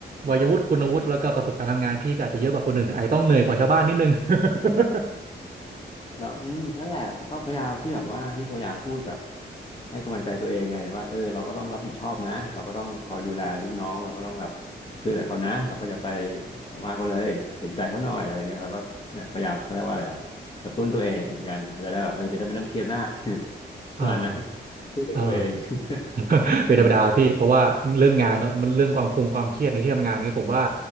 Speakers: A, on the right; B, on the left.
A: วัยวุฒิคุณวุฒิแล้วก็ประสบการณ์ทำงานพี่ก็อาจจะเยอะกว่าคนอื่นอาจจะต้องเหนื่อยกว่าชาวบ้านนิดนึง <laughs>
B: แล้วอืมนั่นแหละก็พยายามที่แบบว่าพี่ก็พยายามพูดแบบให้กำลังใจตัวเองไงว่าเออเราก็ต้องรับผิดชอบนะเราก็ต้องคอยดูแลลูกน้องเราก็ต้องแบบช่วยเหลือเขานะเราก็อย่าไปแบบว่าเขาเลยเห็นใจเขาหน่อยอะไรเงี้ยเราก็เนี่ยพยายามเขาเรียกว่าอะไรอะกระตุ้นตัวเองกันจะได้แบบเออจะได้ไม่ต้องเครียดมาก <laughs>
A: เออ
B: ประมาณนั้นพูดกับตัวเอง
A: เออ <laughs>
B: <laughs> เออ
A: เป็นธรรมดาพี่เพราะว่าเรื่องงานเนาะมันเรื่องความคงความเครียดในที่ทำงานเนี่ยผมว่า